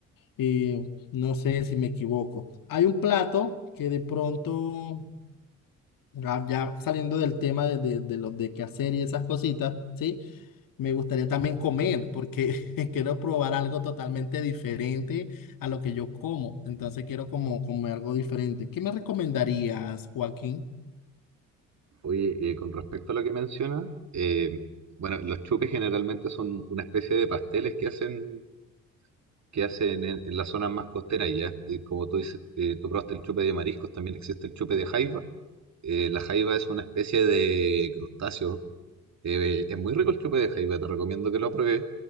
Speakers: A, on the left; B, on the right.
A: Y no sé si me equivoco. Hay un plato que de pronto, ya ya saliendo del tema de, de, de los de qué hacer y esas cositas, ¿sí? Me gustaría también comer porque <laughs> quiero probar algo totalmente diferente a lo que yo como. Entonces quiero como comer algo diferente. ¿Qué me recomendarías, Joaquín?
B: Oye, eh, con respecto a lo que mencionas, eh, bueno, los chupes generalmente son una especie de pasteles que hacen que hacen en, en las zonas más costeras ya. Y como tú dices, eh, tú probaste el chupe de mariscos, también existe el chupe de jaiba. Eh, la jaiba es una especie de crustáceo Eh, es muy rico el chupe de jaiba, te recomiendo que lo pruebes.